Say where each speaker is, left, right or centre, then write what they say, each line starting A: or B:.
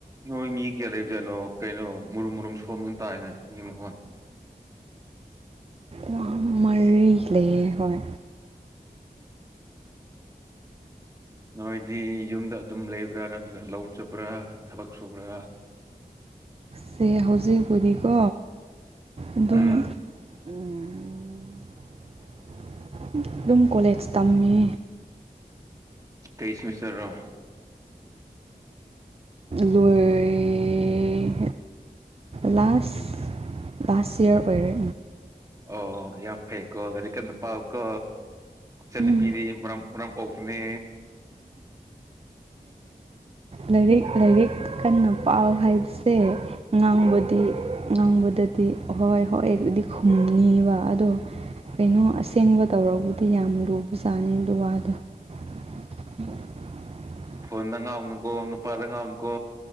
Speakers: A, on the right (about 20°); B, on the right (about 40°).
A: ꯅꯣꯏ ꯃꯤ ꯀꯌꯥ ꯂꯩꯖꯥꯠꯅꯣ ꯀꯩꯅꯣ ꯃꯔꯨꯝ-ꯃꯔꯨꯝ ꯁꯣꯟꯕ ꯇꯥꯏꯍꯦ ꯃꯤ ꯃꯈꯣꯟ
B: ꯃꯔꯤ ꯃꯔꯤ ꯂꯩꯌꯦ ꯍꫭꯏ
A: ꯅꯣꯏꯗꯤ ꯌꯨꯝꯗ ꯑꯗꯨꯝ ꯂꯩꯕ꯭ꯔꯥ ꯅꯠꯇ꯭ꯔꯒ ꯂꯧ ꯆꯠꯄ꯭ꯔꯥ ꯊꯕꯛ ꯁꯨꯕ꯭ꯔꯥ
B: ꯁꯦ ꯍꯧꯖꯤꯛꯄꯨꯗꯤꯀꯣ ꯑꯗꯨꯝ
A: ꯎꯝ
B: ꯎꯝ ꯑꯗꯨꯝ ꯀꯣꯂꯦꯖ ꯇꯝꯃꯤ
A: ꯀꯩ ꯁꯦꯃꯤꯁꯇꯔ ꯅꯣ
B: ꯂꯣꯏꯔꯦ ꯂꯥꯁ ꯂꯥꯁ ꯏꯌꯥꯔ ꯑꯣꯏꯔꯦ
A: ꯑꯣ ꯌꯥꯝ ꯐꯩꯀꯣ ꯂꯥꯏꯔꯤꯛ ꯀꯟꯅ ꯄꯥꯎꯀꯣ ꯏꯆꯟ
B: ꯎꯝ
A: ꯅꯨꯄꯤꯗꯤ ꯃꯔꯝ ꯃꯔꯝ ꯑꯣꯛꯄꯅꯦ
B: ꯂꯥꯏꯔꯤꯛ ꯂꯥꯏꯔꯤꯛ ꯀꯟꯅ ꯄꯥꯎ ꯍꯥꯏꯕꯁꯦ ꯉꯥꯡꯕꯗꯤ ꯉꯥꯡꯕꯗꯗꯤ ꯍꯣꯏ ꯍꯣꯏ ꯕꯨꯗꯤ ꯈꯨꯝꯅꯤꯕ ꯑꯗꯣ ꯀꯩꯅꯣ ꯑꯁꯦꯡꯕ ꯇꯧꯔꯛꯄꯇꯤ ꯌꯥꯝ ꯂꯨꯕ ꯖꯥꯠꯅꯤ ꯑꯗꯨ ꯋꯥꯗꯣ <inaudible>
A: ꯐꯣꯟꯗ ꯉꯥꯎꯅꯨꯀꯣ ꯅꯨꯄꯥꯗ ꯉꯥꯎꯅꯨꯀꯣ